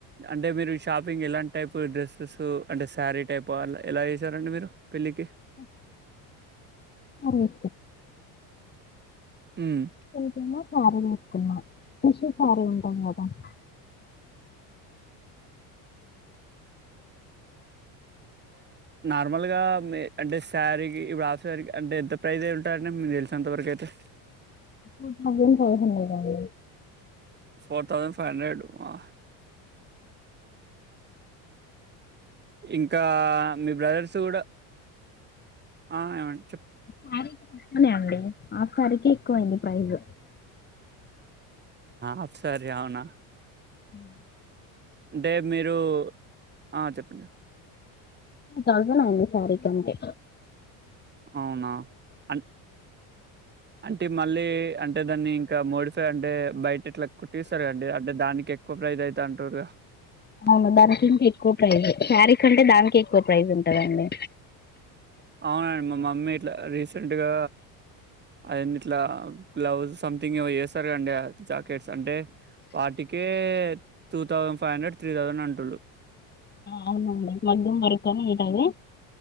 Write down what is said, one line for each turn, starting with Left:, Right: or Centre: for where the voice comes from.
Right: అంటే మీరు షాపింగ్ ఎలాంటి టైప్ డ్రెస్సెస్ అంటే శారీ టైపా ఎలా ఏసారండి మీరు పెళ్లికి
Left: <inaudible> రిసెప్షన్
Right: మ్మ్
Left: <inaudible> శారీ ఏసుకున్నా ఫ్రెష్ శారీ ఉంటాం కదా <inaudible>
Right: నార్మల్ గా మే అంటే శారీకి ఇప్పుడు హిఫ్ శారీకి అంటే ఎంత ఫ్రైసే ఉంటాయండి మీకు తెలిసినంతవరకు అయితే
Left: టూ తౌసండ్ ఫైవ్ హండ్రెడ్ అండి
Right: ఫోర్ తౌసండ్ ఫైవ్ హండ్రెడ్ వాహ్ ఇంకా మీ బ్రదర్స్ కూడా ఆ ఏమన్
Left: శారికి తక్కువనే అండి ఆఫ్ శారీకి ఎక్కువైంది ప్రైజ్
Right: అఫ్ శారీ అవునా
Left: మ్
Right: అంటే మీరూ ఆ చెప్పండి
Left: టూ తౌసాండ్ అయింది శారీకి అంతే
Right: అవునా అన్ అంటే మళ్ళీ అంటే దాన్ని ఇంకా మోడిఫై, అంటే బయట ఇట్లా కుట్టిస్తారండి అంటే దానికి ఎక్కువ ప్రైస్ అయి. తంటూరుగా
Left: అవును దానికి ఇంకా ఎక్కువ ప్రైజ్ ఏ శారీ కంటే, దానికే ఎక్కువ ప్రైజ్ ఉంటందండి.
Right: అవునండి మా మమ్మీ ఇట్లా రీసెంట్ గా అద్ ఏంది ఇట్లా గ్లవ్స్ సంథింగ్ ఇవో చేస్తారు కండి జాకెట్స్ అంటే, వాటికే two thousand five hundred three thousand అంటుళ్లు.
Left: అవునండి మగ్గం వర్కు అని ఉంటాది